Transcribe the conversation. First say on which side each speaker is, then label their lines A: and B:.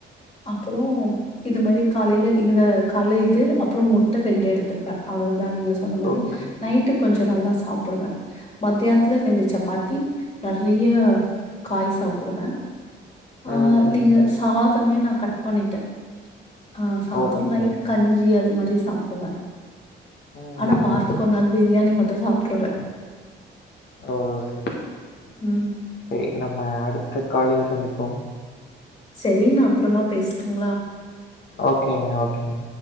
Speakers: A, on the left; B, on the left.
A: அப்புறோம் இது மாரி காலையில இந்த கால்ல இது அப்புறம் முட்ட ரெண்டு எடுத் துப்ப அவள் தா நீங்க சொன்ன மாரி
B: ஓகே
A: நைட்டு கொஞ்சோ ட்டு நல்லா சாப்புடுவ மத்தியான்த்துல ரெண்டு சப்பாத்தி நறைய காய் சாப்புடுவ ஆஹா
B: ம்
A: நீங்க சாத் தமே நா கட் பண்ணிட்ட ஆ சாதோ
B: ஓகே
A: நைட் கஞ்சி அத் த்து மாரி சாப்புடுவ
B: ம்
A: ஆனா வாரத்துக்கு ஒரு நாள் பிரியாணி மட்டும் சாப்ட்டுருவ
B: ஓ சரி
A: உம்
B: சரி நம்ம அடுத்த காலில் சந்திப்போம்
A: சரி நா அப்புறமா பேசட்டுங்ளா
B: ஓகேங்க ஓகேங்க ஓகே